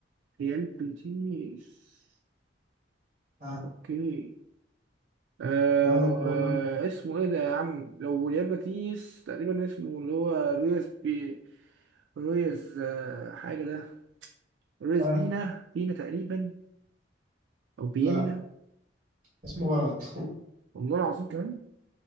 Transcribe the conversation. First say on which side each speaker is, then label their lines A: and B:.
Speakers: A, on the right (about 80°); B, on the right (about 45°).
A: ريال بيتيس
B: ها
A: اوكي آه
B: يلا فاضلنا
A: آه، اسمه ايه ده يا عم لو ريال بيتيس تقريبا اسمه اللي هو رويز بي رويز آه حاجه ده رويز
B: ها
A: بينا بينا تقريبا او بينا
B: لا اسمه غلط <laughs>
A: والله العظيم كمان